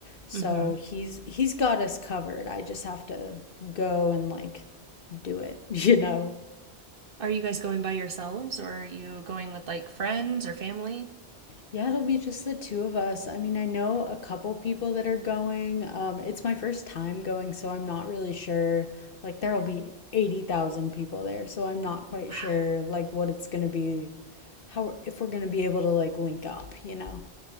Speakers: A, on the left; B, on the right.
A: So
B: hmm
A: he's he's got us covered. I just have to go and like do it, <laughs> you know.
B: Are you guys going by yourselves or are you going with like friends or family?
A: Yeah, it'll be just the two of us. I mean, I know a couple people that are going. Um, it's my first time going, so I'm not really sure. Like, there'll be 80,000 people there, so I'm not quite
B: Wow,
A: sure, like, what it's gonna be how if we're gonna be able to like link up, you know?